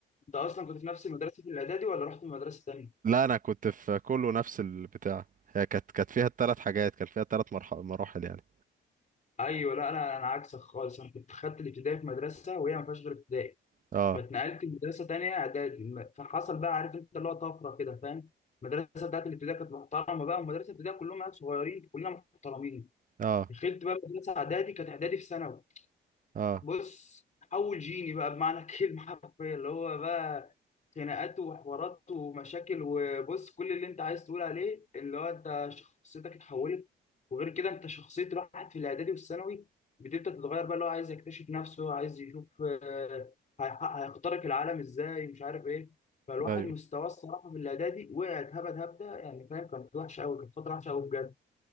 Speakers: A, on the left (about 40°); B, on the right (about 40°).
A: انت اصلا كنت في نفس المدرسه في الاعدادي ولا رحت من مدرسه تانيه
B: لا انا كنت في كله نفس البتاع هي كانت كانت فيها الثلاث حاجات كان فيها الثلاث مراحل يعني
A: ايوه لا انا انا عكسك خالص انا كنت خدت الابتدائي في مدرسه وهي ما فيهاش غير ابتدائي
B: اه
A: فاتنقلت لمدرسه تانيه اعدادي الم- فحصل بقى عارف انت اللي هو طفره كده فاهم المدرسه بتاعت الابتدائي كانت محترمه بقى ومدرسه الابتدائي كلهم عيال صغيرين كلنا محترمين
B: اه
A: دخلت بقى مدرسه اعدادي كانت اعدادي في ثانوي
B: اه
A: بص اول جيني بقى بمعنى الكلمه حرفيا اللي هو بقى خناقات وحوارات ومشاكل وبص كل اللي انت عايز تقول عليه اللي هو انت شخصيتك اتحولت وغير كده انت شخصيه راحت في الاعدادي والثانوي بتبدا تتغير بقى اللي هو عايز يكتشف نفسه عايز يشوف آه، هيح- هيخترق العالم ازاي مش عارف ايه فالواحد
B: ايوه
A: مستواه الصراحه في الاعدادي وقع اتهبد هبده يعني فاهم كانت وحشه قوي كانت فتره وحشه قوي بجد